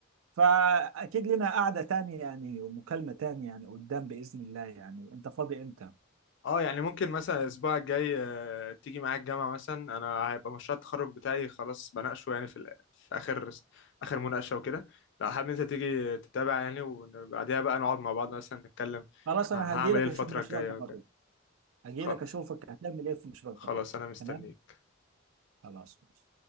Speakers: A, on the right; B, on the left.
A: فاكيد لنا قعده تانية يعني ومكالمه تانية يعني قدام باذن الله يعني انت فاضي امتى
B: اه يعني ممكن مثلا الاسبوع الجاي آه، تيجي معايا الجامعه مثلا انا هيبقى مشروع التخرج بتاعي خلاص بناقشه يعني في ال- في اخر اخر مناقشه وكده لو حابب انت تيجي تتابع يعني وبعديها بقى نقعد مع بعض مثلا نتكلم
A: خلاص انا
B: ه- هعمل
A: هجي لك
B: ايه الفتره
A: اشوف مشروع
B: الجايه
A: التخرج
B: وكده
A: هجي
B: خلاص
A: لك اشوفك هتعمل ايه في مشروع
B: خلاص
A: التخرج
B: انا مستنيك
A: تمام خلاص ماشي.